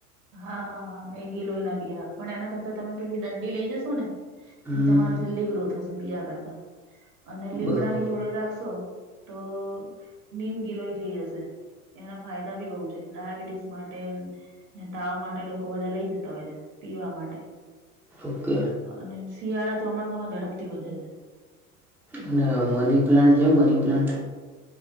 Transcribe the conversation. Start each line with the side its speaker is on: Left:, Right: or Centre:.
Right: હા હા હા એ ગી લોહીના બીયા પણ એના કરતા તમે પેલી દં લઈ જશો ને
Centre: હમ
Right: તમારે જલ્દી ગ્રો થ હશે બીજ કરતા અને લીમડા
Centre: બરોબર
Right: ની જોડે રાખશો તો નીમ ગિલોય થઈ જશે એના ફાયદા ભી બઉુ ડાયાબિટીસ માટે તાવ માટે લોકો બધા લઈ જતા હોય છે પીવા માટે
Centre: ઓકે
Right: અને શિયાળા ચોમાસા માં ઝડપથી વધે છે.
Centre: અને મની પ્લાન્ટ છે મની પ્લાન્ટ